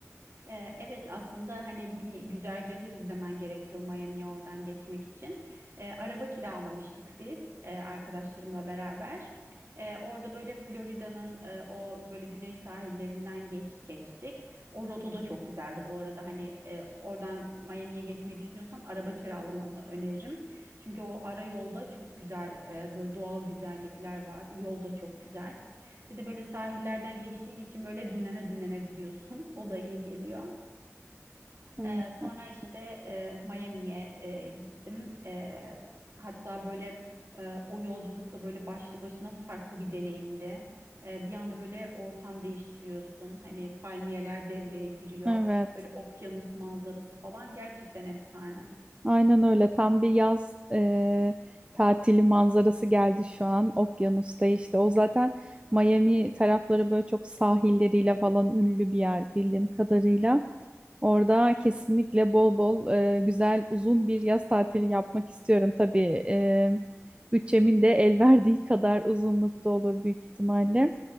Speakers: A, on the right; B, on the right.
A: Ee, Evet aslında hani bir güzergahı izlemen gerekiyor Miami'ye oradan geçmek için. Ee, araba kiralamıştık biz e, arkadaşlarımla beraber. Ee, orada böyle Florida'nın e, o böyle güney sahillerinden geç geçtik. O rota da çok güzeldi. Bu arada hani e, oradan Miami'ye geçmeyi düşünüyorsan araba kiralamanı öneririm. Çünkü o ara yolda çok güzel e, böyle doğal güzellikler var. Yol da çok güzel. Bir de böyle sahillerden geçtiğin için böyle dinlene dinlene gidiyorsun. O da iyi geliyor.
B: Hmm,
A: Ee, sonra
B: haklısın.
A: işte e, Miami'ye e, gittim. Ee, hatta böyle e, o yolculuk da böyle başlı başına farklı bir deneyimdi. Ee, bir anda böyle ortam değiştiriyorsun. Hani palmiyeler devreye giriyor.
B: Evet,
A: Böyle okyanus manzarası falan gerçekten efsane.
B: aynen öyle. Tam bir yaz e, tatili manzarası geldi şu an. Okyanusta işte. O zaten Miami tarafları böyle çok sahilleriyle falan ünlü bir yer bildiğim kadarıyla. Orada kesinlikle bol bol e, güzel uzun bir yaz tatili yapmak istiyorum. Tabii e, bütçemin de el <laughs> verdiği kadar uzunlukta olur büyük ihtimalle.